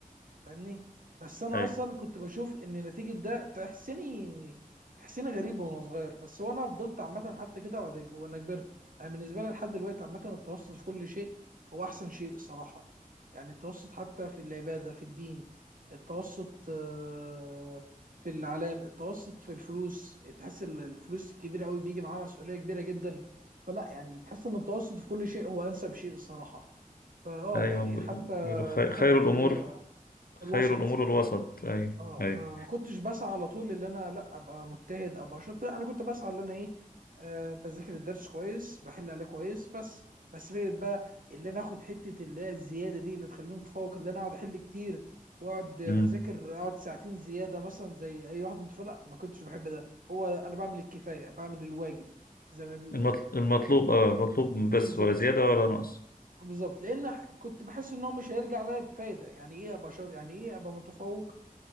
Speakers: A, on the right; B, on the left.
A: فاهمني بس انا
B: أيوه
A: اصلا كنت بشوف ان نتيجه ده تحسني تحسني غريب وانا صغير بس وانا فضلت عامه حتى كده بعد ج- وانا كبرت انا بالنسبه لي لحد دلوقتي عامه التوسط في كل شيء هو احسن شيء الصراحه يعني التوسط حتى في العباده في الدين التوسط آه، في الاعلام التوسط في الفلوس تحس ال- الفلوس الكبيره قوي بيجي معاها مسؤوليه كبيره جدا فلا يعني تحس ان التوسط في كل شيء هو انسب شيء الصراحه فاه
B: ايوه
A: يعني حتى
B: بيقولوا خي-
A: دخلت
B: خير
A: كليه
B: الامور
A: الوسط
B: خير الامور الوسط ايوه
A: اه
B: ايوه
A: فما كنتش بسعى على طول ان انا لا ابقى مجتهد ابقى شاطر لا انا كنت بسعى ان انا ايه آه بذاكر الدرس كويس بحل عليه كويس بس بس فكره بقى اللي انا اخد حته اللي هي الزياده دي اللي تخليني متفوق اللي انا اقعد احل كتير واقعد اذاكر
B: امم
A: اقعد ساعتين زياده مثلا زي اي واحد متفوق لا ما كنتش بحب ده هو انا بعمل الكفايه بعمل الواجب زي ما بيقولوا
B: المطل- المطلوب اه مطلوب
A: بالظبط
B: بس ولا زياده ولا نقص
A: بالظبط لان ح- كنت بحس ان هو مش هيرجع ليا بفايده يعني ايه ابقى شاطر يعني ايه ابقى متفوق